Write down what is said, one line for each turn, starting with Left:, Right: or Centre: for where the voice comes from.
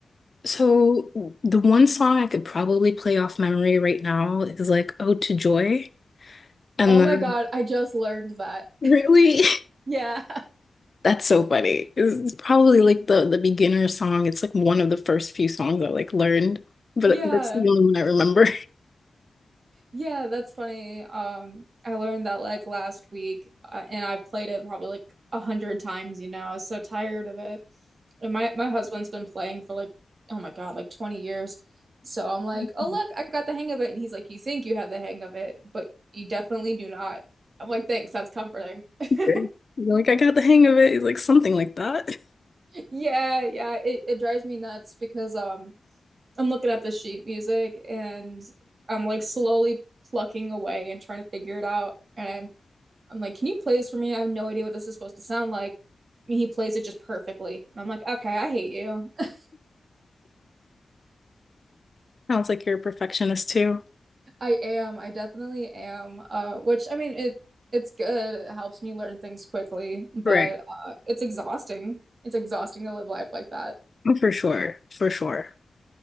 Left: So the one song I could probably play off memory right now is like "Ode to Joy," and
Right: Oh
Left: then
Right: my God, I just learned that.
Left: really,
Right: <laughs> Yeah.
Left: <laughs> that's so funny. It's it's probably like the the beginner song. It's like one of the first few songs I like learned, but
Right: <laughs> Yeah.
Left: that's the only one I remember.
Right: Yeah, that's funny. Um, I learned that like last week, uh, and I've played it probably like a hundred times, you know. I was so tired of it. And my my husband's been playing for like, oh my God, like 20 years. So I'm like,
Left: <laughs>
Right: oh look, I got the hang of it. And he's like, you think you have the hang of it, but you definitely do not. I'm like, thanks, that's comforting. <laughs>
Left: Okay. You're like, I got the hang of it. It's like something like that.
Right: Yeah, yeah, it, it drives me nuts because um I'm looking at the sheet music and I'm like slowly plucking away and trying to figure it out. And I'm like, can you play this for me? I have no idea what this is supposed to sound like. And he plays it just perfectly. And I'm like, okay, I hate you. <laughs>
Left: <laughs> Sounds like you're a perfectionist too.
Right: I am. I definitely am. Uh, which I mean, it it's good. It helps me learn things quickly, but
Left: Right.
Right: uh, it's exhausting. It's exhausting to live life like that.
Left: For sure, for sure.